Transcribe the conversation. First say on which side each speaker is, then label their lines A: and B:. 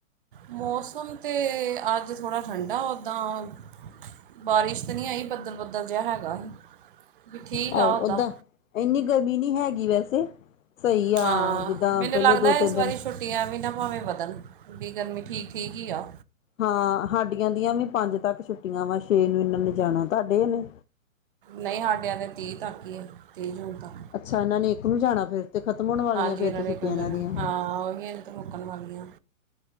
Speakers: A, on the right; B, on the left.
A: ਮੌਸਮ ਤੇ ਅੱਜ ਥੋੜ੍ਹਾ ਠੰਡਾ ਉੱਦਾਂ ਬਾਰਿਸ਼ ਤੇ ਨਹੀਂ ਆਈ, ਬੱਦਲ ਬੱਦਲ ਜਿਆ ਹੈਗਾ ਸੀ ਵੀ ਠੀਕ
B: ਆਹੋ,
A: ਆ ਉੱਦਾਂ
B: ਓਦਾਂ ਇੰਨੀ ਗਰਮੀ ਨੀ ਹੈਗੀ ਵੈਸੇ। ਸਹੀ ਆ,
A: ਹਾਂ
B: ਜਿੱਦਾਂ
A: ਮੈਨੂੰ
B: ਪਹਿਲੋ
A: ਲੱਗਦਾ
B: ਦੋ ਤਿੰਨ
A: ਇਸ
B: ਦਿਨ
A: ਵਾਰੀ ਛੁੱਟੀਆਂ ਵੀ ਨਾ ਭਾਵੇਂ ਵਧਣ ਵੀ ਗਰਮੀ ਠੀਕ, ਠੀਕ ਹੀ ਆ।
B: ਹਾਂ ਸਾਡੀਆਂ ਦੀਆਂ ਵੀ ਪੰਜ ਤੱਕ ਛੁੱਟੀਆਂ ਵਾ ਛੇ ਨੂੰ ਇਹਨਾਂ ਨੇ ਜਾਣਾ ਤੁਹਾਡੇ ਨੇ।
A: ਨਹੀਂ ਹਾਡਿਆ ਤੇ ਤੀਹ ਤੱਕ ਹੀ ਹੈ ਤੀਹ ਜੂਨ ਤੱਕ।
B: ਅੱਛਾ ਇਹਨਾਂ ਨੇ ਇੱਕ ਨੂੰ ਜਾਣਾ ਫਿਰ ਤੇ ਖਤਮ ਹੋਣ ਵਾਲੀਆਂ
A: ਹਾਂਜੀ
B: ਫਿਰ ਤੇ ਛੁੱਟੀਆਂ
A: ਨੇ ਇੱਕ ਜਣਾ
B: ਇਹਨਾਂ ਦੀਆਂ।
A: ਹਾਂ ਉਹ <unintelligible> ਰੋਕਣ ਵਾਲੀਆਂ